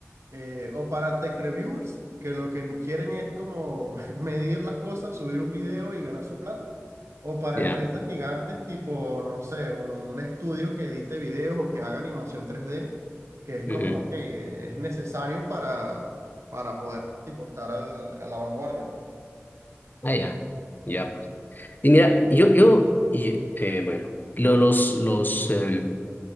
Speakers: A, on the right (about 70°); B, on the left (about 40°).
A: Eh, o para tech reviewers, que lo que quieren es como <laughs> medir las cosas, subir un video y ganar su plata. O para
B: ya.
A: empresas gigantes tipo, no sé, un estudio que edite videos o que haga animación tres d que es como,
B: Ujú.
A: ok, es necesario para, para poder tipo, estar al- a la vanguardia, ¿no?
B: Ah, ya. Ya, pues. Y mira, yo, yo, y, eh, bueno, lo- los, los, em,